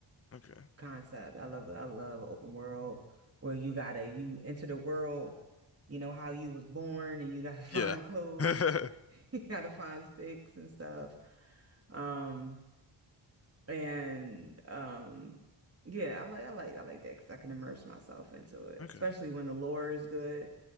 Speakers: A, on the left; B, on the right.
A: okay,
B: concept. I love I love open world where you gotta you enter the world, you know how you was born and you gotta <laughs> find
A: yeah,
B: clothes,
A: <laughs> mm,
B: <laughs> you gotta find sticks and stuff. Um and um yeah, I like I like I like that because I can immerse myself into it,
A: okay,
B: especially when the lore is good.